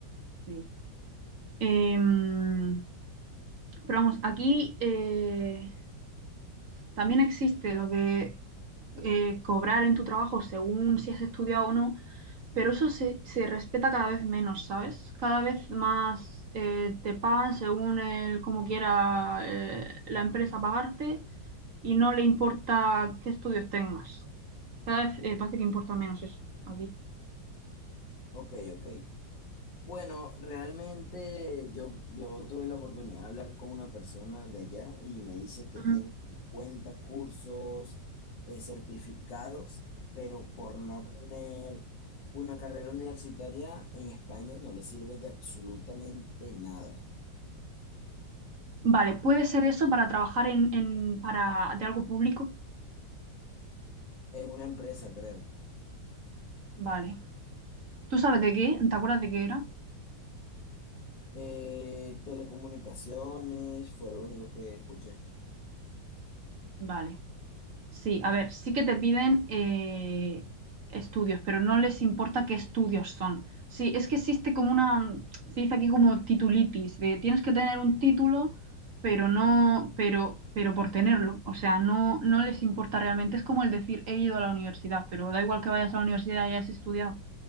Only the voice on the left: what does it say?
Ok, ok. Bueno, realmente yo, yo tuve la oportunidad de hablar con una persona de allá y me dice que
tiene 50 cursos eh, certificados, pero por no tener una carrera universitaria en España no le sirve de absolutamente nada.
En una empresa, creo.
Eh, telecomunicaciones fue lo único que escuché.